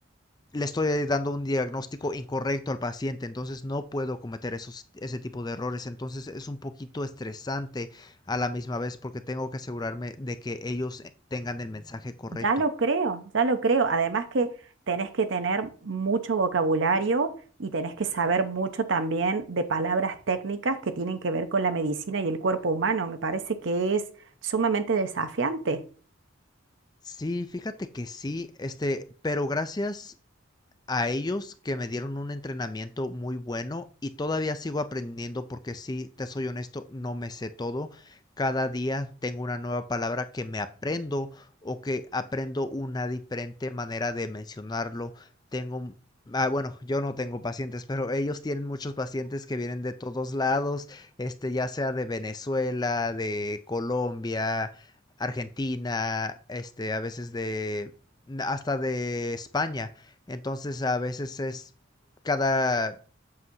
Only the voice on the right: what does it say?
ya lo creo, ya lo creo. Además que tenés que tener mucho vocabulario y tenés que saber mucho también de palabras técnicas que tienen que ver con la medicina y el cuerpo humano. Me parece que es sumamente desafiante.